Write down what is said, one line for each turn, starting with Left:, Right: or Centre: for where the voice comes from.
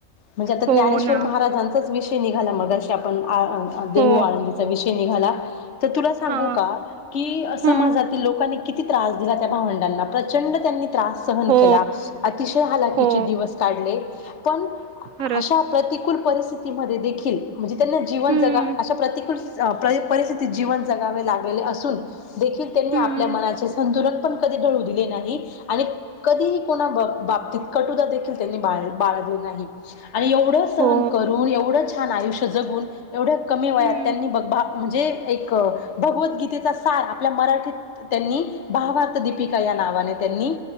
Left: म्हणजे आता
Right: हो
Left: ज्ञानेश्वर
Right: ना
Left: महाराजांचाच विषय निघाला मगाशी आपण देहू
Right: हो
Left: आळंदीचा विषय निघाला तर तुला सांगू
Right: हा
Left: का कि
Right: हम्म
Left: समाजातील लोकांनी किती त्रास दिला त्या भावंडांना प्रचंड त्यांनी त्रास सहन
Right: हो
Left: केला. अतिशय हलाकीचे
Right: हो
Left: दिवस काढले पण
Right: खरंच
Left: अशा प्रतिकूल परिस्थितीमध्ये देखील म्हणजे त्यांना जीवन
Right: हम्म
Left: जगा अशा प्रतिकूल पर परिस्थितीत जीवन जगावे लागलेले असून देखील त्यांनी
Right: हम्म
Left: आपल्या मनाचे संतुलन पण कधी ढळू दिले नाही आणि कधीही कोणा बाबतीत कटुदा देखील त्यांनी बा बाळगले नाही आणि एवढं सहन
Right: हो
Left: करून एवढं छान आयुष्य जगून एवढ्या कमी वयात
Right: हम्म
Left: त्यांनी बग म्हणजे एक भगवत गीतेचा सार आपल्या मराठीत त्यांनी भावार्थ दीपिका या नावाने त्यांनी